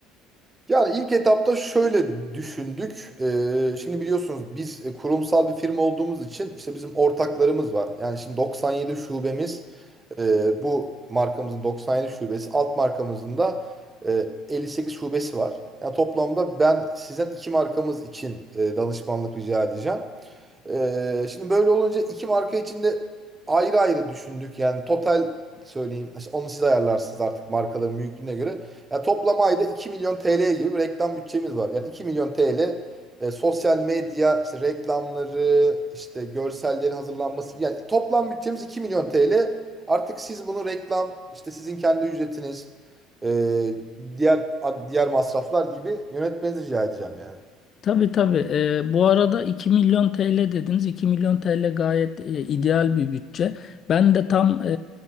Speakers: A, on the right; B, on the left.
A: Yani ilk etapta şöyle düşündük. Ee, şimdi biliyorsunuz biz e, kurumsal bir firma olduğumuz için işte bizim ortaklarımız var. Yani şimdi 97 şubemiz e, bu markamızın 97 şubesi alt markamızın da e, 58 şubesi var. Yani toplamda ben sizden iki markamız için e, danışmanlık rica edeceğim. Ee, şimdi böyle olunca iki marka için de ayrı ayrı düşündük. Yani total söyleyeyim. İşte Onu siz ayarlarsınız artık markaların büyüklüğüne göre. Yani toplam ayda iki milyon TL gibi bir reklam bütçemiz var. Yani iki milyon TL e, sosyal medya işte reklamları, işte görsellerin hazırlanması. Yani toplam bütçemiz iki milyon TL. Artık siz bunu reklam, işte sizin kendi ücretiniz, e, diğer diğer masraflar gibi yönetmenizi rica edeceğim yani.
B: Tabii tabii. Ee, bu arada 2 milyon TL dediniz. 2 milyon TL gayet e, ideal bir bütçe. Ben de tam e,